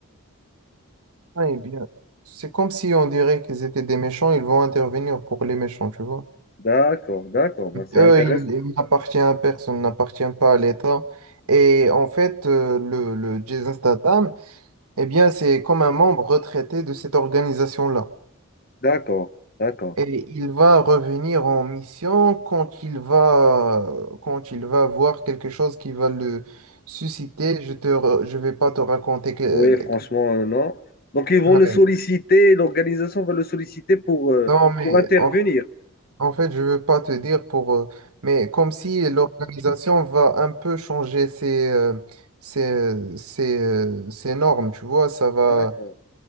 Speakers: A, on the right; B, on the left.
A: Ouais, eh bien, c'est comme si on dirait qu'ils étaient des méchants, ils vont intervenir pour les méchants, tu vois?
B: D'accord, d'accord, ben, c'est
A: Eux,
B: intéressant.
A: ils ils n'appartiennent à personne, n'appartiennent pas à l'État. Et en fait, euh, le, le Jason Statham, eh bien, c'est comme un membre retraité de cette organisation-là.
B: D'accord, d'accord.
A: Et il va revenir en mission quand il va, quand il va voir quelque chose qui va le susciter. Je te, re- je vais pas te raconter que...
B: Oui, franchement,
A: que-
B: euh, non. Donc ils vont
A: Ouais.
B: le solliciter, l'organisation va le solliciter pour, euh,
A: Non, mais
B: pour intervenir.
A: en En fait, je veux pas te dire pour... euh, Mais comme si l'organisation va un peu changer ses, euh, ses, ses, euh, ses normes, tu vois, ça va,
B: D'accord,